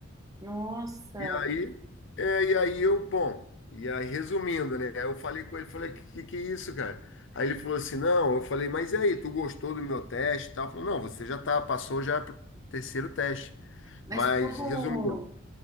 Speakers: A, on the right; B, on the left.
A: nossa.
B: E aí, é, e aí eu, bom, e aí resumindo, né? Eu falei com ele, falei, que que é isso, cara? Aí ele falou assim, não, eu falei, mas e aí, tu gostou do meu teste e tal? Falou, não, você já tá, passou já pro terceiro teste.
A: Mas
B: Mas,
A: como,
B: resumindo,